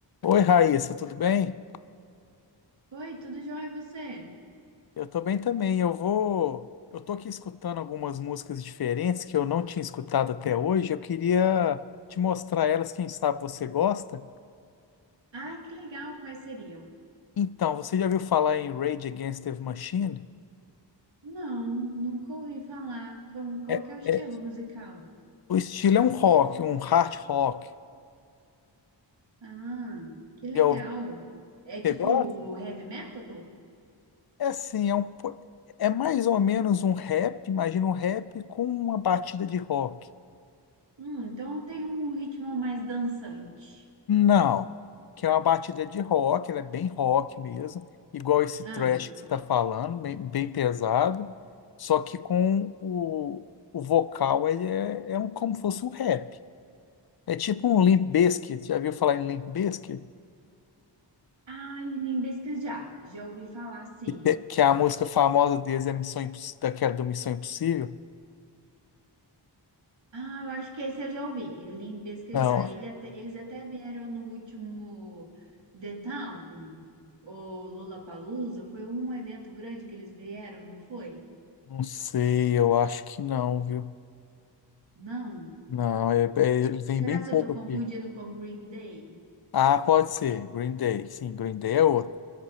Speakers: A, on the left; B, on the right.
A: Oi, Raíssa, tudo bem?
B: Oi, tudo jóia e você?
A: Eu tô bem também. Eu vou, eu tô aqui escutando algumas músicas diferentes que eu não tinha escutado até hoje. Eu queria te mostrar elas, quem sabe você gosta.
B: Ah, que legal, quais seriam?
A: Então, você já ouviu falar em Rage Against the Machine?
B: Não, nunca ouvi falar. Como- Qual,
A: É,
B: que é o estilo
A: é-
B: musical?
A: o estilo é um rock, um hard rock.
B: Ah, que legal.
A: Já ouviu?
B: É tipo
A: Você gosta?
B: heavy metal?
A: É assim, é um, po- é mais ou menos um rap, imagina um rap com uma batida de rock.
B: Hum, então tem um ritmo mais dançante.
A: Não, que é uma batida de rock, ela é bem rock mesmo, igual esse
B: Ah,
A: thrash que você está falando, bem, bem pesado, só que com o, o vocal ele é, é um, como se fosse um rap. É tipo um Limp Bizkit, já viu falar em Limp Bizkit?
B: ai, limbisca já. Já ouvi falar, sim.
A: Que que a música famosa deles é Missão Imposs- daquela do Missão Impossível?
B: Ah, eu acho que esse eu já ouvi. Eu li em pesquisar.
A: Não,
B: Ele até- eles até vieram no último The Town, ou Lollapalooza. Foi um evento grande que eles vieram, não foi?
A: não sei, eu acho que não, viu?
B: Não.
A: Não, é- é- ele vem
B: Será
A: bem
B: que
A: pouco
B: eu estou confundindo
A: aqui.
B: com Green Day?
A: Ah, pode ser, Green Day, sim, Green Day
B: É.
A: é outro.